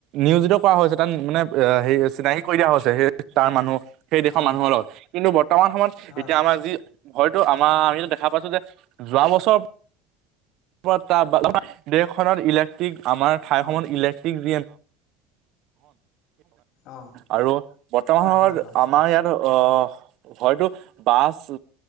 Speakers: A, on the right (about 60°); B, on the left (about 60°).
A: নিয়োজিত
B: উম
A: কৰা হৈছে, তাত মানে এ হেই চিনাকি কৰি দিয়া হৈছে সেই তাৰ মানুহ, সেই দেশৰ
B: হয়
A: মানুহৰ
B: হয়
A: লগত কিন্তু বৰ্তমান সময়ত
B: হয়
A: এতিয়া আমাৰ যি হয়তো আমাৰ আমিতো দেখা পাইছো যে, যোৱা বছৰ পৰা <unintelligible> দেশখনত ইলেক্ট্ৰিক আমাৰ ঠাই <unintelligible>
B: অঁ
A: ইলেক্ট্ৰিক <inaudible>
B: অঁ
A: আৰু বৰ্তমান
B: হয়
A: সময়ত
B: হয় হয়
A: আমাৰ ইয়াত অ, হয়তো বাছ